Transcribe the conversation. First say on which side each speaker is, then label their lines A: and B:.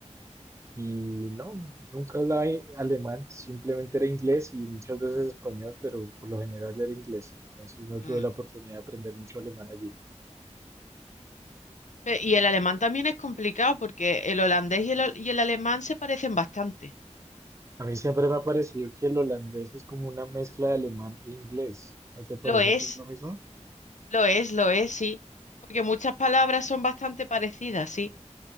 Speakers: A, on the right; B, on the left.
A: y no, nunca hablaba i- alemán, simplemente era inglés y muchas veces español, pero por lo general era inglés. Entonces no tuve
B: Mm.
A: la oportunidad de aprender mucho alemán allí.
B: Pe- Y el alemán también es complicado porque el holandés y el, al- y el alemán se parecen bastante.
A: A mí siempre me ha parecido que el holandés es como una mezcla de alemán e inglés. ¿No te parece
B: Lo es,
A: a ti lo mismo?
B: lo es, lo es, sí. Porque muchas palabras son bastante parecidas, sí.